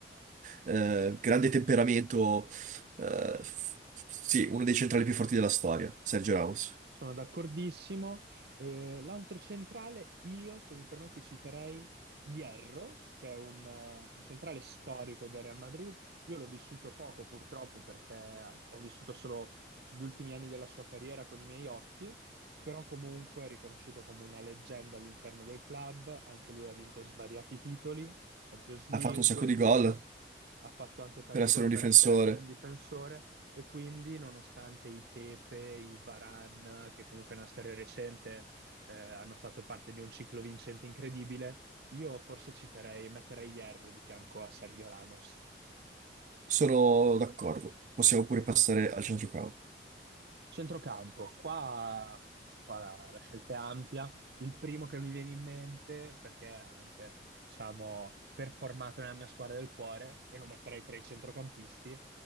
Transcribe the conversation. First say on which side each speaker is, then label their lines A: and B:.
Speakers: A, on the right; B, on the right.
A: eh, grande temperamento. eh, f- sì, uno dei centrali più forti della storia, Sergio Ramos.
B: Sono d'accordissimo. Eh, l'altro centrale, io, se mi permetti, citerei Hierro, che è un, eh, un centrale storico del Real Madrid. Io l'ho vissuto poco, purtroppo, perché eh, ho vissuto solo gli ultimi anni della sua carriera con i miei occhi, però comunque è riconosciuto come una leggenda all'interno del club. Anche lui ha vinto svariati titoli Champions League,
A: Ha fatto un sacco di
B: Liga,
A: gol
B: ha fatto anche tanti
A: per essere
B: gol
A: un
B: per
A: difensore.
B: essere un difensore e quindi nonostante i Pepe, i Varane, che comunque è una storia recente, eh, hanno fatto parte di un ciclo vincente incredibile, io forse citerei, metterei Hierro di fianco a Sergio Ramos.
A: Sono d'accordo, possiamo pure passare al centrocampo.
B: Centrocampo, qua, qua la, la scelta è ampia. Il primo che mi viene in mente, perché è anche, diciamo, performato nella mia squadra del cuore, e lo metterei tra i centrocampisti,